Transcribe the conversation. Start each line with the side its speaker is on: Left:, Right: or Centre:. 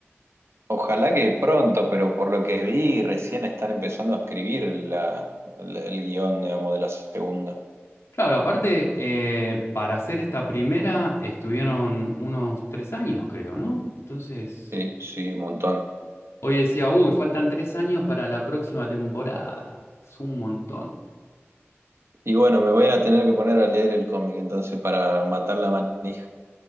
Right: Ojalá que pronto, pero por lo que vi, recién están empezando a escribir la, la- el guión, digamos, de la segunda.
Left: Claro, aparte, eh, para hacer esta primera estuvieron unos tres años, creo, ¿no? Entonces,
Right: Sí, sí, un montón.
Left: hoy decía, uy, faltan tres años para la próxima temporada. Es un montón.
Right: Y bueno, me voy a tener que poner a leer el cómic entonces para matar la manija.